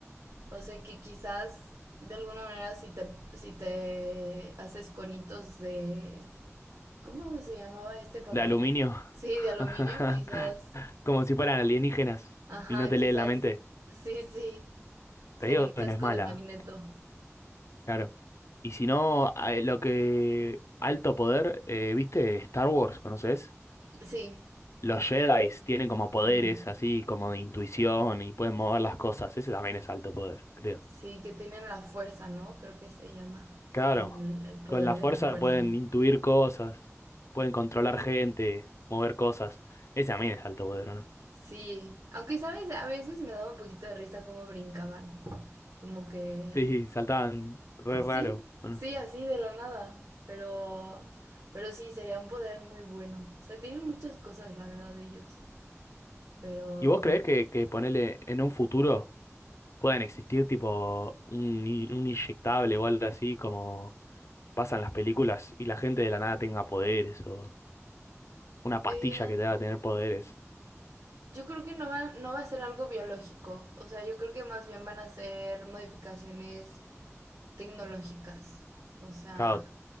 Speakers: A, on the right; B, on the left.
A: O sea que quizás de alguna manera si te, si te haces conitos de... ¿Cómo se llamaba este papel?
B: De aluminio.
A: Sí,
B: <laughs>
A: de aluminio, quizás.
B: Como si fueran alienígenas
A: Ajá,
B: y no te
A: quizás.
B: leen la mente.
A: Sí, sí. Sería
B: Te digo
A: el
B: que
A: casco
B: no es mala,
A: de Magneto.
B: ¿eh? claro. Y si no, eh, lo que... Alto poder, eh, ¿viste? Star Wars, ¿conoces?
A: Sí.
B: Los Jedi tienen como poderes
A: Mm.
B: así, como de intuición y pueden mover las cosas. Ese también es alto poder, creo.
A: Sí, que tienen la fuerza, ¿no? Creo que se llama
B: Claro,
A: el, el poder
B: con la
A: de
B: fuerza
A: la fuerza.
B: pueden intuir cosas, pueden controlar gente, mover cosas. Ese también es alto poder, ¿o ¿no?
A: Sí, aunque sabes, a veces me daba un poquito de risa cómo brincaban. Como que
B: Sí, saltaban re
A: sí,
B: raro, ¿o ¿no?
A: sí, así de la nada, pero pero sí sería un poder muy bueno. O sea, tienen muchas cosas, la verdad, ellos, pero
B: ¿Y vos creés que, que ponele en un futuro puedan existir tipo un, i- un inyectable o algo así como pasan las películas y la gente de la nada tenga poderes o una pastilla
A: eh,
B: que te haga tener poderes?
A: yo creo que no va no va a ser algo biológico. O sea, yo creo que más bien van a ser modificaciones tecnológicas. O sea,
B: Claro,